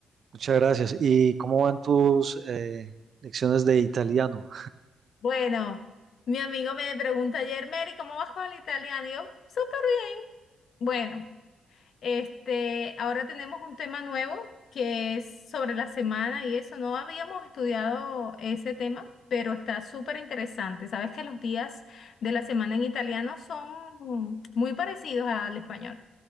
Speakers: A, on the right (about 55°); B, on the left (about 65°).
A: Muchas gracias. ¿Y cómo van tus eh, lecciones de italiano?
B: Bueno, mi amigo me pregunta ayer, Mary, ¿cómo vas con el italiano? Y yo, súper bien. Bueno. Este, ahora tenemos un tema nuevo que es sobre la semana y eso. No habíamos estudiado ese tema, pero está súper interesante. Sabes que los días de la semana en italiano son muy parecidos al español.